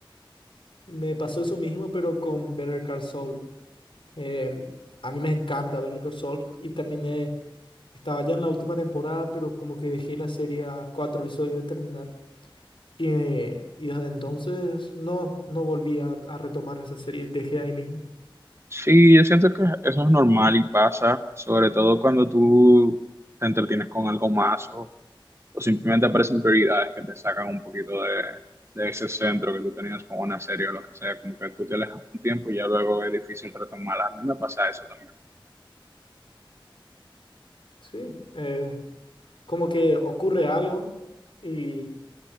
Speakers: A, on the left; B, on the right.
A: Me pasó eso mismo, pero con Better Call Saul. Eh, a mí me encanta Better Call Saul y terminé, estaba ya en la última temporada, pero como que dejé la serie a cuatro episodios de terminar. Y, eh, y desde entonces no, no volví a, a retomar esa serie, dejé ahí mismo.
B: Sí, yo siento que eso es normal y pasa, sobre todo cuando tú te entretienes con algo más o, o simplemente aparecen prioridades que te sacan un poquito de, de ese centro que tú tenías con una serie o lo que sea, como que tú te alejas un tiempo y ya luego es difícil retomarla. A mí me pasa eso también.
A: Sí, eh, como que ocurre algo y